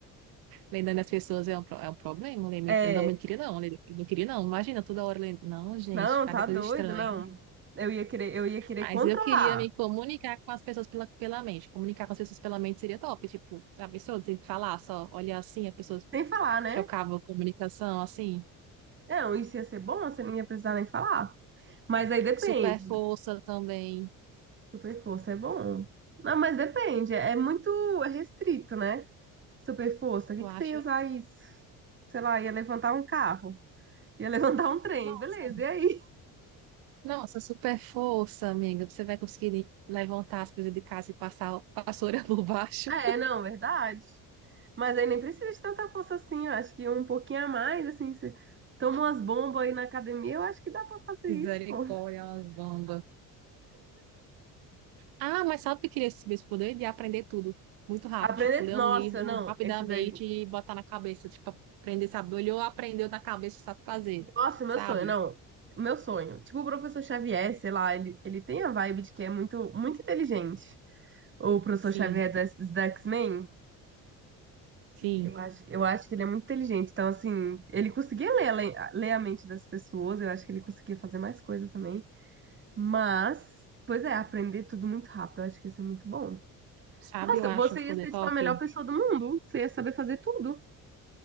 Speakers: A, on the right; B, on the right.
A: Lembrando as pessoas é um, pro- é um problema. lembra-
B: É,
A: Eu também não queria, não. Eu não queria, não. Imagina, toda hora. lem- Não, gente,
B: não,
A: cada
B: tá
A: coisa
B: doido,
A: estranha.
B: não. Eu ia querer, eu ia querer
A: Mas
B: controlar,
A: eu queria me comunicar com as pessoas pela, pela mente. Comunicar com as pessoas pela mente seria top. Tipo, a pessoa tem que falar só, olhar assim, a pessoa
B: sem falar, né?
A: trocava comunicação assim.
B: Não, isso ia ser bom, você não ia precisar nem falar. Mas aí depende.
A: Super força também,
B: Super força é bom. Não, mas depende, é muito restrito, né? Super força, o que
A: tu
B: que
A: acha?
B: você ia usar isso? Sei lá, ia levantar um carro, ia <laughs> levantar um trem,
A: Nossa,
B: beleza,
A: amiga.
B: e aí?
A: Nossa, super força, amiga. Você vai conseguir levantar as coisas de casa e passar a vassoura <laughs> por baixo.
B: É, não, verdade. Mas aí nem precisa de tanta força assim, eu acho que um pouquinho a mais, assim, você toma umas bombas aí na academia, eu acho que dá pra fazer
A: Misericórdia,
B: isso, pô.
A: é uma bomba. Ah, mas sabe o que eu queria esse mesmo poder? De aprender tudo muito rápido.
B: Aprender,
A: Tipo, ler
B: nossa,
A: um livro
B: não,
A: rapidamente
B: esse daí.
A: e botar na cabeça. Tipo, aprender, sabe? Olhou, aprendeu na cabeça, sabe fazer.
B: Nossa, meu
A: Sabe?
B: sonho, não. Meu sonho. Tipo o professor Xavier, sei lá, ele, ele tem a vibe de que é muito, muito inteligente. o professor
A: Sim,
B: Xavier da, da X-Men,
A: sim.
B: eu acho, eu acho que ele é muito inteligente. Então, assim, ele conseguia ler, a le- ler a mente das pessoas, eu acho que ele conseguia fazer mais coisa também. Mas, pois é, aprender tudo muito rápido, eu acho que isso é muito bom.
A: Sabe,
B: Nossa,
A: eu acho
B: você
A: um poder
B: ia ser
A: top.
B: tipo a melhor pessoa do mundo, você ia saber fazer tudo.